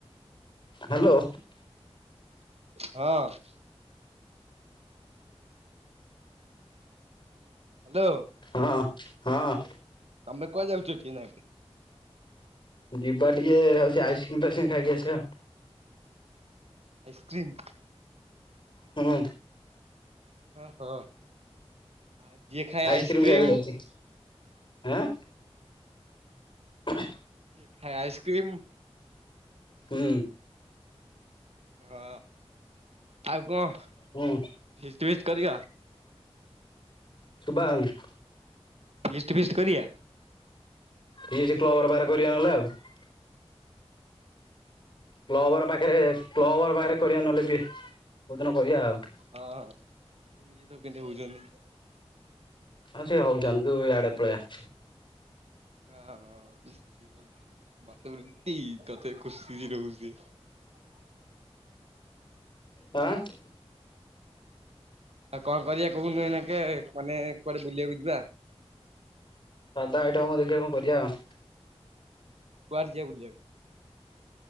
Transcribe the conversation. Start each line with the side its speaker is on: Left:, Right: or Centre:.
Left: ହା ଲୋ ।
Right: ହଁ । ହ୍ୟାଲୋ
Left: ହଁ । ହଁ ।
Right: ତମେ କୁଆଡେ ଯାଉଚ କି ଏଇନାକେ ।
Left: ଯିବା ଟିକେ ହଉଛି ଆଇସ୍କ୍ରିଙ୍ଗ ଫାଇସକ୍ରି ଖାଇକି ଆସିବା ଆଉ ।
Right: ଆଇସକ୍ରିମ ।
Left: ହୁଁ
Right: ଓ ହୋ ଆ ଜିଏ ଖାଏ
Left: ଆଇସ୍କ୍ରିମ୍
Right: ଆଇସ୍କ୍ରିମ
Left: ଖାଇବାକୁ ଯାଉଛି
Right: ।
Left: ଆଁ ।
Right: ଜିଏ ଖାଇ ଆଇସ୍କ୍ରିମ ।
Left: ହୁଁ ।
Right: ହଁ ଆଉ କଣ ଫିଷ୍ଟ
Left: ହୁଁ
Right: ଫିଷ୍ଟ କରିବା ।
Left: ଶୁଭାଆଉନି ।
Right: ଫିଷ୍ଟ୍ ପିଷ୍ଟ କରିବା ।
Left: ଫୀଷ୍ଟ କ୍ଲବ ଘରେ ପାଖରେ କରିବା ନହେଲେ ଆଉ । କ୍ଲବ ଘର ପାଖରେ କ୍ଲବ ଘର ପାଖରେ କରିବା ନଏଲେ ଫିଷ୍ଟ କୋଉ ଦିନ କରିବା ଆଉ ।
Right: ହଁ ଦେଖୁନୁ ଇଏ ସବୁ କେମତି ହଉଛନ୍ତି ।
Left: ହଁ ସେ ହଉଥାନ୍ତୁ ତୁ ଆଡେ ପଲେଇ ଆ।
Right: ହଁ । ମତେ ବି ଲୁଟି ତତେ ଖୁସି କି ରହୁଛି ସେ ।
Left: ହାଁ ।
Right: ଆଉ କଣ କରିବା କୋହୁନୁ ଏଇନାକେ ମାନେ କୁଆଡେ ବୁଲିବାକୁ ଯିବା ।
Left: ସାଧା ଆଇଟମ କଣ ଦେଖିବା କଣ କରିବା ଆଉ।
Right: କୁଆରେ ଯିବା ବୁଲିଆକୁ ।